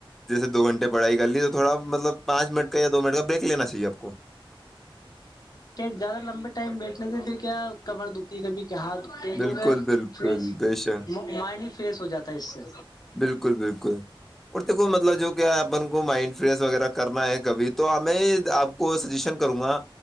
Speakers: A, in the centre; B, on the left.
A: جیسے دو گھنٹے بڑائی کر لی تو تھوا مطلب پانچ من کا یا دو منٹ کا بریک لین چاہیے آپ کو
B: کیا زیادہ لمبے ٹائم بیٹھنے سے پھر کیا کمر دکھی کبھی کیا ہاتھ کہ
A: بالکل
B: تو وہ
A: بالکل
B: فریش
A: بے شک
B: مائنڈ ہی فریش ہو جاتا ہے اس سے
A: بالکل بالکل اور دیکھو مطلب جو کیا اپن کو مائنڈ فریش وغیرہ کرنا ہے کبھی تو ہمیں آپ کو کو سجیشن کروں گا